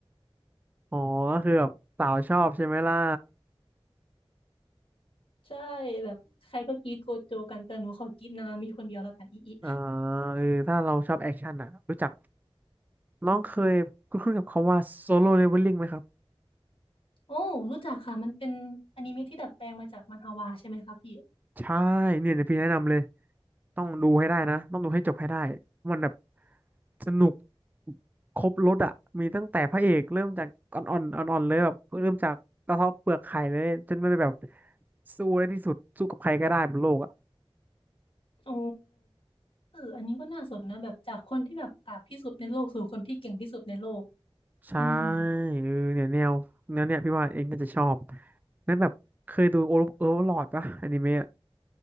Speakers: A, on the right; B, on the left.
A: อ๋อก็คือแบบสาวชอบใช่ไหมล่ะ
B: ใช่แบบใครก็กรีดโกโจกันแต่หนูขอกรีดนานามิคนเดียวแล้วกันอีอี
A: อ่าเออถ้าเราชอบแอคชั่นอ่ะรู้จักน้องเคยคุ้นๆกับคำว่าโซโล l เลเวลลิ่งไหมครับ
B: โอ้รู้จักค่ะมันเป็นอนิเมะที่ดัดแปลงมาจากมันฮวาใช่ไหมคะพี่
A: ใช่เนี่ยเดี๋ยวพี่แนะนำเลยต้องดูให้ได้นะต้องดูให้จบให้ได้มันแบบสนุกครบรสอ่ะมีตั้งแต่พระเอกเริ่มจากอ่อนอ่อนอ่อนอ่อนๆเลยแบบเริ่มจากกระเทาะเปลือกไข่เลยจนมันแบบสู้ได้ที่สุดสู้กับใครก็ได้บนโลกอ่ะ
B: โอ้เอออันนี้ก็น่าสนนะแบบจากคนที่แบบกากที่สุดในโลกสู่คนที่เก่งที่สุดในโลก
A: ใช่
B: อืม
A: เออเนี่ยแนวแนวเนี่ยพี่ว่าเองน่าจะชอบแล้วแบบเคยดูโอเวอร์ลอดปะอนิเมะ